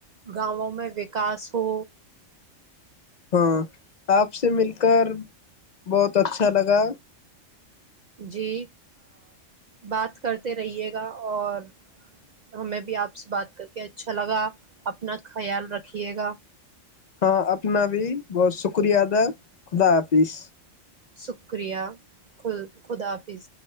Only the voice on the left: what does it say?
ہاں آپ سے مل کر بہت اچھا لگا
ہاں اپنا بھی بہت شکریہ ادا خدا حافظ